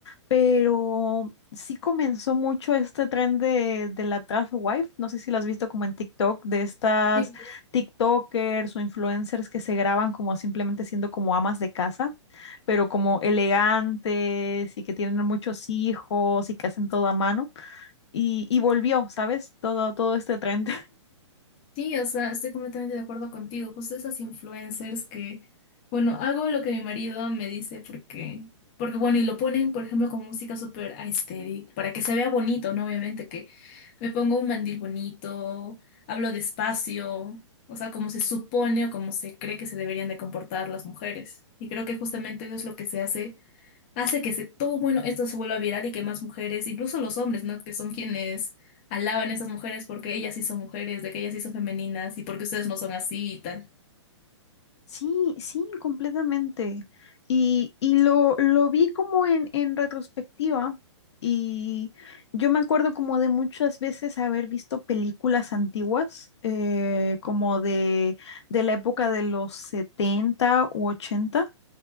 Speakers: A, on the left; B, on the left.
A: pero sí comenzó mucho este tren de, de la trap wife. No sé si lo has visto como en TikTok, de estas
B: Sí,
A: TikTokers o influencers que se graban como simplemente siendo como amas de casa, pero como elegantes y que tienen muchos hijos y que hacen todo a mano. Y, y volvió, ¿sabes? Todo, todo este tren.
B: Sí, o sea, estoy completamente de acuerdo contigo. Justo esas influencers que, bueno, hago lo que mi marido me dice porque, porque bueno, y lo ponen, por ejemplo, con música súper aesthetic, para que se vea bonito, ¿no? Obviamente que me pongo un mandil bonito, hablo despacio, o sea, como se supone o como se cree que se deberían de comportar las mujeres. Y creo que justamente eso es lo que se hace hace que se, todo bueno esto se vuelva viral y que más mujeres, incluso los hombres, ¿no? Que son quienes alaban a esas mujeres porque ellas sí son mujeres, de que ellas sí son femeninas y porque ustedes no son así y tal.
A: Sí, sí, completamente. Y, y lo, lo vi como en, en retrospectiva y yo me acuerdo como de muchas veces haber visto películas antiguas, eh, como de, de la época de los 70 u 80.